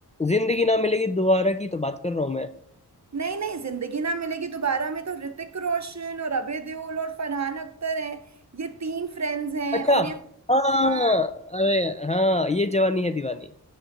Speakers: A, on the left; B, on the right.
A: जिंदगी ना मिलेगी दोबारा की तो बात कर रहा हूँ मैं
B: नहीं नहीं जिंदगी ना मिलेगी दोबारा में तो ऋतिक रोशन और अभय देओल और फरहान अख्तर हैं ये तीन फ्रेंड्स हैं
A: अच्छा
B: और ये
A: हाँ
B: हाँ
A: अरे हाँ ये जवानी है दीवानी